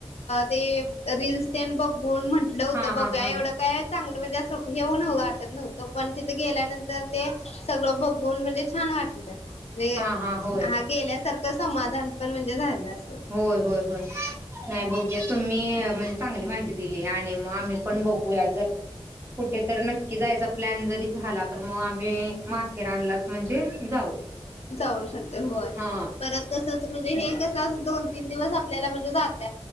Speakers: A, on the left (about 80°); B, on the right (about 25°).
A: ते रीलस ते बघ बोन म्हंटलं होतं
B: हा
A: बघ
B: हा हा
A: एवढं काय. चांगलं म्हणजे असं हेऊ न वाटत नव्हतं पण तिथं गेल्यानंतर ते. सगळं बघून म्हणजे छान वाट म्ह जे
B: हा होय
A: हा गेल्यासारखं समाधान पण म्हणजे झालं असं.
B: होय होय होय. नाही बघूया तुम्ही म्हणजे चांगली माहिती दिली आणि मग आम्ही पण बघूया जर. कुठेतरी नक्की जायचा प्लॅन जरी झाला तर मग आम्ही माथेराणला म्हणजे जाऊ.
A: जाऊ शकते होय
B: हा
A: परत तसच म्हणजे हे कस दोन तीन दिवस आपल्याला म्हणजे जात